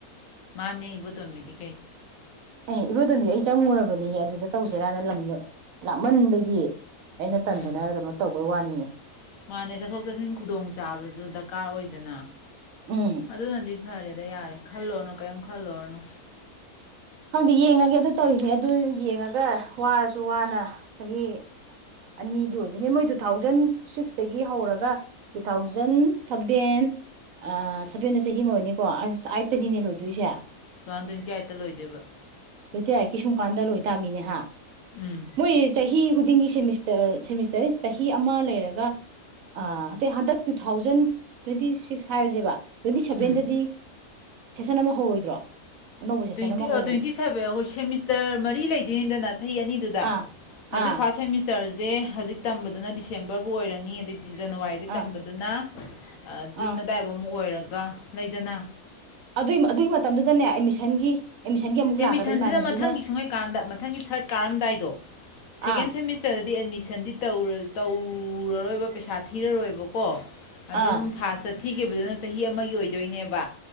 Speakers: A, on the left; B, on the right.
A: ꯃꯥꯅꯦ ꯏꯕꯨ ꯇꯣꯝꯕꯤꯗꯤ
B: ꯑꯦ ꯏꯕꯣꯇꯣꯝꯕꯤ ꯑꯩ ꯆꯪꯉꯨꯔꯕꯅꯤ ꯑꯗꯨꯗ ꯇꯧꯁꯤꯔꯅ ꯂꯝꯗꯣ ꯂꯥꯞꯃꯟꯕꯒꯤ ꯑꯩꯅ ꯇꯟꯗꯅ
A: ꯎꯝ
B: ꯀꯩꯅꯣ ꯇꯧꯕꯩ ꯋꯥꯅꯤ ꯑꯣ
A: ꯃꯥꯅꯦ ꯆꯠꯊꯣꯛ ꯆꯠꯁꯤꯟ ꯈꯨꯗꯣꯡ ꯆꯥꯕꯁꯨ ꯗꯔꯀꯥꯔ ꯑꯣꯏꯗꯅ
B: ꯎꯝ
A: ꯑꯗꯨꯅꯗꯤ ꯐꯔꯦꯗ ꯌꯥꯔꯦ ꯈꯜꯂꯨꯔꯅꯨ ꯀꯔꯤꯝ ꯈꯜꯂꯨꯔꯅꯣ
B: ꯈꯪꯗꯤ ꯌꯦꯡꯉꯒꯦ ꯑꯗꯨ ꯇꯧꯔꯤꯅꯦ ꯑꯗꯨ ꯌꯦꯡꯉꯒ ꯋꯥꯔꯁꯨ ꯋꯥꯅ ꯆꯍꯤ ꯑꯅꯤꯗꯤ ꯑꯣꯏꯗꯣꯏꯅꯦ ꯃꯣꯏ ꯇꯨ ꯊꯥꯎꯖꯟ ꯁꯤꯛꯁꯇꯒꯤ ꯍꯧꯔꯒ ꯇꯨ ꯊꯥꯎꯖꯟ ꯁꯚꯦꯟ ꯑꯥ ꯁꯚꯦꯟꯗ ꯆꯍꯤ ꯑꯃꯅꯤꯀꯣ ꯑꯁ ꯑꯥꯏꯠꯇꯅꯤꯅꯦ ꯂꯣꯏꯗꯣꯏꯁꯦ꯫
A: ꯇꯨ ꯊꯥꯎꯖꯟ ꯇꯋꯦꯟꯇꯤ ꯑꯥꯏꯠꯇ ꯂꯣꯏꯗꯣꯏꯕ꯫
B: ꯇꯋꯦꯟꯇꯤ ꯑꯥꯏꯠꯀꯤ ꯁꯨꯝ ꯀꯥꯟꯗ ꯂꯣꯏ ꯇꯥꯝꯃꯤꯅꯦ ꯍꯥꯏ
A: ꯎꯝ
B: ꯃꯣꯏꯁꯦ ꯆꯍꯤ ꯈꯨꯗꯤꯡꯒꯤ ꯁꯦꯃꯤꯁꯇꯔꯥ꯫ ꯁꯦꯃꯤꯁꯇꯔ ꯆꯍꯤ ꯑꯃ ꯂꯩꯔꯒ ꯑ ꯍꯟꯗꯛ ꯇꯨ ꯊꯥꯎꯖꯟ ꯇ꯭ꯋꯦꯟꯇꯤ ꯁꯤꯛꯁ ꯍꯥꯏꯔꯁꯦꯕ ꯇꯋꯦꯟꯇꯤ ꯁꯚꯦꯟꯗꯗꯤ꯫
A: ꯎꯝ
B: ꯁꯦꯁꯟ ꯑꯃ ꯍꯧꯔꯣꯏꯗ꯭ꯔꯣ ꯑꯅꯧꯕ ꯁꯦꯁꯟ
A: ꯇ꯭ꯋꯦꯟꯇꯤ
B: ꯑꯃ ꯍꯧ
A: ꯇ꯭ꯋꯦꯟꯇꯤ ꯁꯚꯦꯟ ꯑꯣ ꯁꯦꯃꯤꯁꯇꯔ ꯃꯔꯤ ꯂꯩꯗꯣꯏꯅꯤꯗꯅ ꯆꯍꯤ ꯑꯅꯤꯗꯨꯗ
B: ꯑꯥ
A: ꯍꯧꯖꯤꯛ
B: ꯑꯥ
A: ꯐꯥꯔ ꯁꯦꯃꯤꯁꯇꯔ ꯁꯦ ꯍꯧꯖꯤꯛ ꯇꯝꯕꯗꯨꯅ ꯗꯤꯁꯦꯝꯕꯔꯕꯨ ꯑꯣꯏꯔꯅꯤ ꯑꯗꯩ ꯖꯅꯋꯥꯔꯤꯗꯩ
B: ꯑꯥ
A: ꯇꯝꯕꯗꯨꯅ꯫ ꯖꯨꯟ
B: ꯑꯥ
A: ꯑꯗꯨꯗꯥꯏꯐꯧ ꯑꯃꯨꯛ ꯑꯣꯏꯔꯒ ꯒ ꯂꯩꯗꯅ꯫
B: ꯑꯗꯨ ꯑꯗꯨꯒꯤ ꯃꯇꯝꯗꯨꯗꯅꯦ ꯑꯦꯠꯃꯤꯁꯟꯒꯤ ꯑꯦꯠꯃꯤꯁꯟꯒꯤ ꯑꯃꯨꯛ
A: ꯑꯦꯠꯃꯤꯁꯟꯁꯤꯗ
B: ꯂꯥꯛꯀꯗ ꯏꯃꯥꯟꯅꯕꯤꯅ
A: ꯃꯊꯪꯒꯤ ꯁꯨꯡꯍꯩꯀꯥꯟꯗ ꯃꯊꯪꯒꯤ ꯊꯥꯔꯠ ꯀꯥꯔꯝꯗꯥꯏꯗꯣ ꯁꯦꯀꯦꯟ
B: ꯑꯥ
A: ꯁꯦꯃꯤꯁꯇꯔꯗ ꯗꯤ ꯑꯦꯗꯃꯤꯁꯟꯗꯤ ꯇꯧꯔꯔꯣꯏꯕ ꯄꯩꯁꯥ ꯊꯤꯔꯔꯣꯏꯕꯀꯣ ꯑꯗꯨꯝ
B: ꯑꯥ
A: ꯐ ꯆ ꯊꯤꯈꯤꯕꯗꯨꯅ ꯆꯍꯤ ꯑꯃꯒꯤ ꯑꯣꯏꯗꯣꯏꯅꯦꯕ